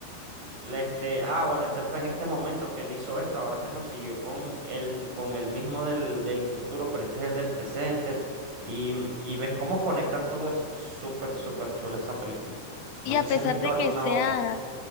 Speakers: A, on the right (about 50°); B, on the left (about 70°).
A: le- este, ah, bueno, este fue en este momento que él hizo esto, ahora se consiguió con el, con el mismo del, del futuro, pero este es el del presente. Y, y ves cómo conectan todo eso. Súper, súper chula esa película.
B: Y
A: No sé
B: a pesar
A: si has visto
B: de
A: alguna
B: que sea
A: otra.